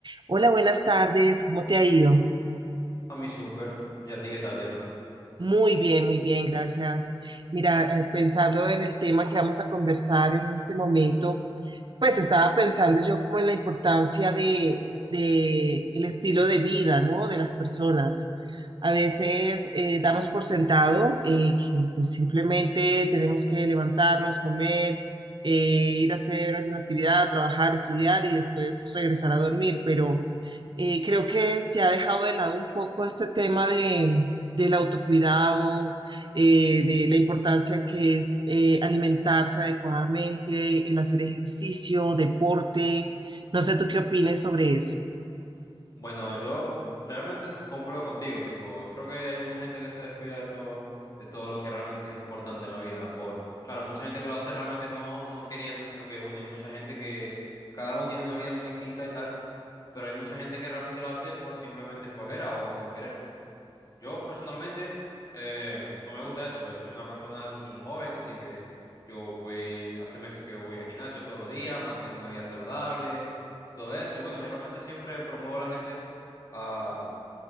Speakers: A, on the right; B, on the left.
A: Hola, buenas tardes, ¿cómo te ha ido?
B: A mí súper. ¿Y a ti qué tal, Diana?
A: Muy bien, muy bien, gracias. Mira, eh, pensando en el tema que vamos a conversar en este momento, Pues estaba pensando yo como en la importancia de, de el estilo de vida, ¿no? De las personas. A veces eh, damos por sentado eh, que pues, simplemente tenemos que levantarnos, comer, eh, ir a hacer alguna actividad, trabajar, estudiar y después regresar a dormir. Pero eh, creo que se ha dejado de lado un poco este tema de, del autocuidado, eh, de la importancia que es eh, alimentarse adecuadamente, el hacer ejercicio, deporte. No sé tú qué opines sobre eso.
B: Bueno, yo realmente concuerdo contigo, tipo, creo que hay mucha gente que se descuida de todo, de todo lo que realmente es importante en la vida, por, claro, mucha gente que lo hace realmente no, no queriendo, sino que, bueno, hay mucha gente que cada uno tiene una vida muy distinta y tal, pero hay mucha gente que realmente lo hace por simplemente flojera o no querer. Yo personalmente eh, no me gusta eso, ¿ves? Soy una persona, soy un joven, así que yo voy, hace meses que voy al gimnasio todos los días, mantengo una vida saludable, todo eso. Y bueno, yo realmente siempre promuevo a la gente a,